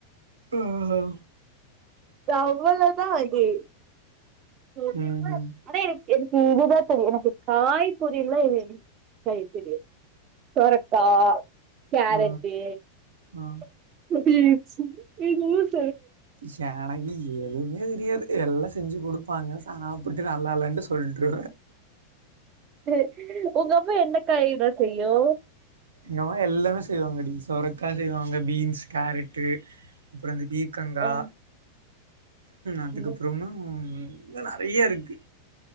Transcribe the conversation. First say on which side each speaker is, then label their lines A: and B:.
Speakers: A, on the right; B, on the right.
A: ஹ் ஹோ
B: து அவ்ளோதா இது சொருவிப்போ
A: ம்ஹும்
B: அடே எனக்கு இதுதா தெரியு எனக்கு காய்புரியலாவே எனக்கு செய்ய தெரியாது சொரக்க கேரட்டு
A: ஆ ஆ
B: <unintelligible>
A: ஜானகி எதுவுமே தெரியாது எல்லா செஞ்சி குடு ப்பாங்க சாப்ட்டு நல்லா இல்லன்ட்டு சொல்றே
B: <unintelligible> உங்க அம்மா என்ன காய்டா அய்யோ
A: எங்கமா எல்லாமே செய்வாங்கடி சொரக்கா செய்வாங்க பீன்ஸ் கேரட்டு அப்புறோ இந்த பீ க்கங்கா
B: அ
A: அதுக்கப்புறமா
B: ம்
A: நெறைய இருக்கு